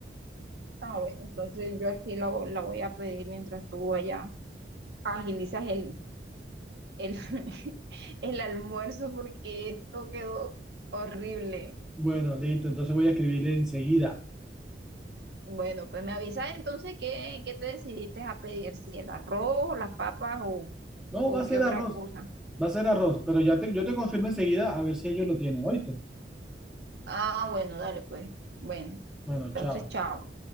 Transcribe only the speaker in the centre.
Bueno, listo, entonces voy a escribirle enseguida.
No,
va a
ser
arroz,
va a ser arroz, pero ya te, yo te confirmo enseguida a ver si ellos lo tienen, ¿oíste?
Bueno,
chao.